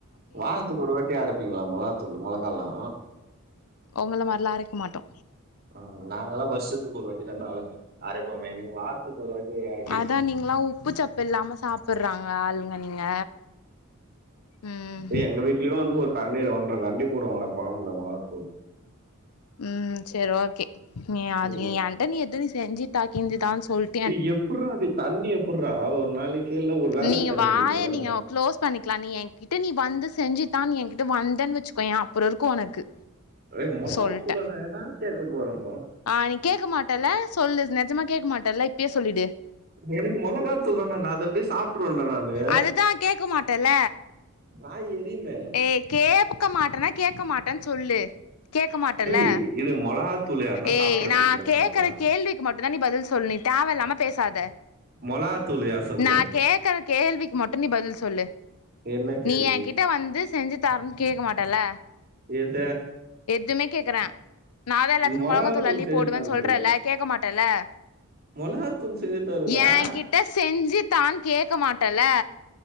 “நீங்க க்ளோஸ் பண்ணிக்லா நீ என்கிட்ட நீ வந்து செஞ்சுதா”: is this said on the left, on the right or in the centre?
Left